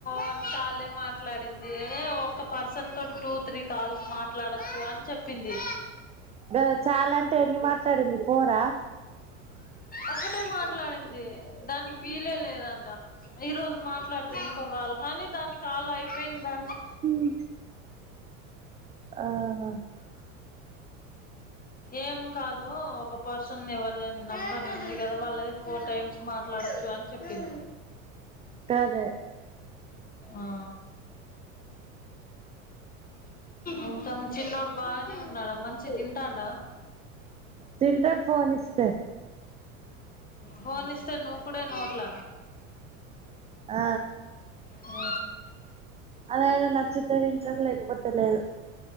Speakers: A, on the left; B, on the right.
A: ఒన్ కాలే మాట్లాడింది ఎ ఒక్క పర్సన్ తో టూ త్రీ కాల్స్ మాట్లాడొచ్చు అని చెప్పింది
B: గద్ చాల అంటే ఎన్ని మాట్లాడింది ఫోరా
A: ఒకటే మాట్లాడింది దానికి వీలే లేదంటే ట ఈ రోజు మాట్లాడితే ఇంకో కాల్ కానీ దాని కాళ్ అయిపోయింది దా
B: ఉమ్ ఆహ
A: ఏం కాదు ఒక పర్సన్ ఎవరిదైనా నంబర్ ఉంది కదా వాళ్ళది ఫోర్ టైమ్స్ మాట్లాడొచ్చు అని చెప్పింది
B: గదే
A: ఆ ఇంక చిన్నోడు బాగానే ఉన్నాడ మంచి తింటాండ
B: తింటాడ్ ఫోన్ ఇస్తె
A: ఫోన్ ఇస్తే నువ్వు కూడ నోట్ల
B: ఆ
A: ఆ
B: అదైనా నచ్చతుది లేకపోతేలేదు